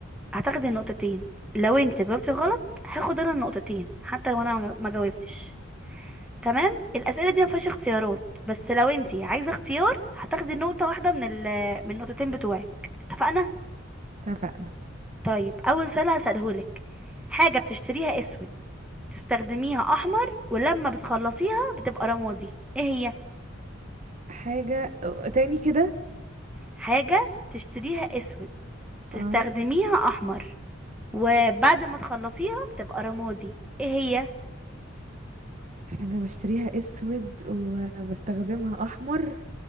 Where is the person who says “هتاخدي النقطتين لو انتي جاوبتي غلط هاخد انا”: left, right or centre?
Centre